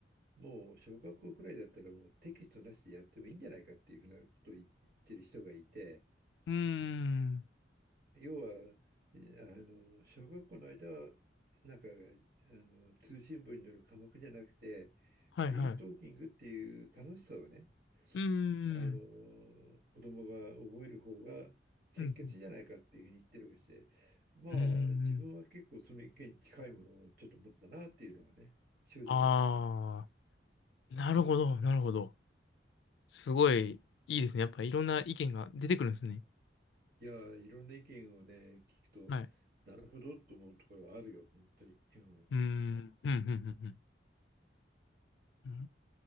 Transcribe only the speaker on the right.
もう小学校くらいだったらもうテキストなしでやってもいいんじゃないかっていうふうなことを言ってる人がいて、
要は、あの、小学校の間は、なんか、あの、通信簿による科目じゃなくて、
フリートーキングっていう楽しさをね、
あの、子供が覚える方が先決じゃないかっていうふうに言ってるわけで、
まあ、
自分は結構その意見に近いものをちょっと持ったなっていうのはね、正直なところ。
いやー、いろんな意見をね、聞くと、
なるほどと思うところはあるよ、本当に。うん、